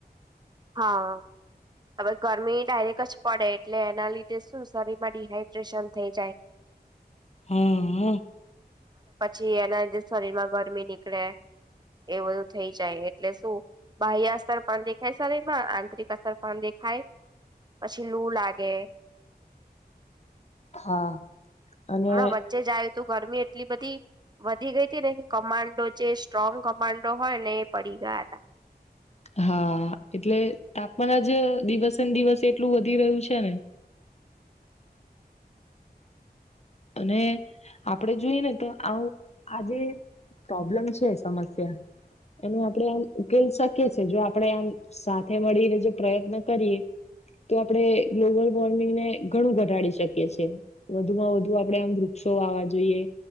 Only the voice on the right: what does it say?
હા હવે, ગરમી ડાયરેક્ટ જ પડે એટલે એના લીધે શું શરીરમાં ડીહાઈડ્રેશન થઈ જાય
જી એના જે શરીર માં ગરમી નીકળે એ બધું થઈ જાય એટલે શું બાહ્ય સ્તર પણ દેખાય શરીર માં આંતરિક અસર પણ દેખાય પછી લુ લાગે <inaudible>
અમે વચ્ચે જાયું તું ગરમી એટ એટલી બધી વધી ગઈ હતી ને કમાન્ડો જે સ્ટ્રોંગ કમાન્ડો હોય ને એ પડી ગયા તા <inaudible>